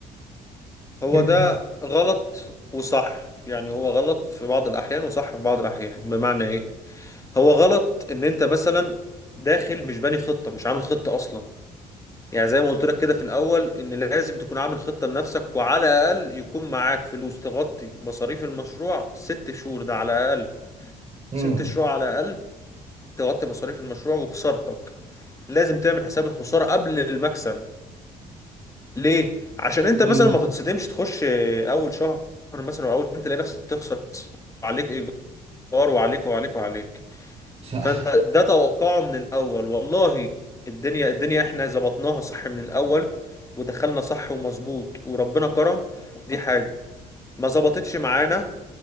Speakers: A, on the left (about 15°); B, on the right (about 35°).
A: هو
B: انت
A: ده غلط وصح يعني هو غلط في بعض الأحيان وصح في بعض الأحيان بمعنى إيه؟ هو غلط إن أنت مثلا داخل مش باني خطة مش عامل خطة أصلا يعني زي ما قلت لك كده في الأول إن لازم تكون عامل خطة لنفسك وعلى الأقل يكون معاك فلوس تغطي مصاريف المشروع ست شهور ده على الأقل
B: امم
A: ست شهور على الأقل تغطي مصاريف المشروع وخسارتك لازم تعمل حساب الخسارة قبل المكسب ليه عشان انت
B: ليه
A: مثلا
B: بقى؟
A: ما تتصدمش تخش آه، اول شهر مثلا او اول انت تلاقي نفسك تخسر عليك ايجار وعليك وعليك وعليك
B: صح
A: فانت ده توقعه من الاول والله الدنيا الدنيا احنا ظبطناها صح من الاول ودخلنا صح ومظبوط وربنا كرم دي حاجة ما ظبطتش معانا